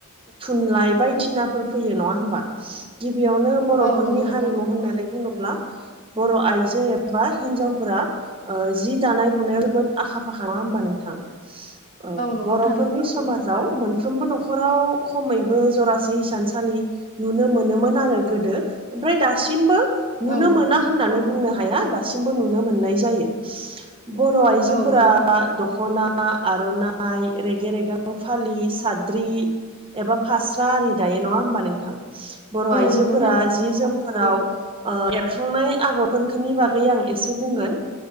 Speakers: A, on the right; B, on the left.
A: थुनलाइ बायदिसिनाफोर फैयो नङा होमबा। गिबियावनो बर'फोरनि
B: औ नंगौ नोंथां
A: हारिमु होननानै बुङोब्ला बर' आइजो एबा हिनजावफोरा ओ जि दानाय लुनायाव जोबोद आखा फाखा नङा होमबा नोंथां? औ
B: नंगौ
A: बर'फोरनि
B: थारैनो
A: समाजाव मोनफ्रोमबो न'खराव खमैबो जरासे हिसान सालि नुनो मोनोमोन आरो गोदो ओमफ्राय दासिमबो नुनो
B: औ नंगौ
A: मोना होननानै बुंनो हाया दासिमबो नुनो मोननाय जायो। बर' आइजोफोरा
B: औ नंगौ थारैनो
A: दख'ना आर'नाइ रेगे रेगां फालि साद्रि एबा फास्रा आरि दायो नङा होमबा नोंथां? बर'
B: औ
A: आइजोफोरा
B: नंगौ थारैनो
A: जि जोमफोराव ओ एरखांनाय आगर फोरखोनि बागै आं एसे बुंगोन।